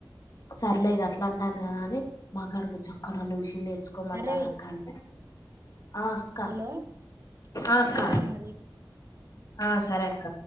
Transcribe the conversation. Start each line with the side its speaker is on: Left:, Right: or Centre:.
Left: సర్లే ఇగ అట్లాంటాది కదా అని మాకాడికి వచ్చి అక్క రండి మిషన్ నేర్ సుకోమంటారక్క
Right: అరే
Left: అంటే, ఆ అక్క,
Right: హలో సరేరా
Left: ఆ అక్క,
Right: మరి
Left: ఆ సరే అక్క.